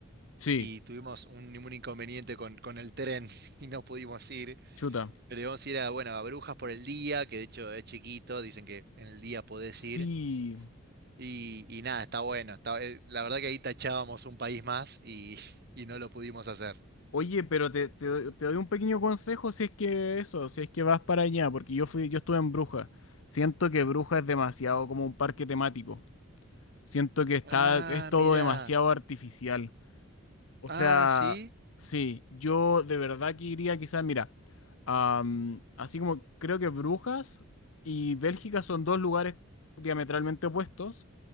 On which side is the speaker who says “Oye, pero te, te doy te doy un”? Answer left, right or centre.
Left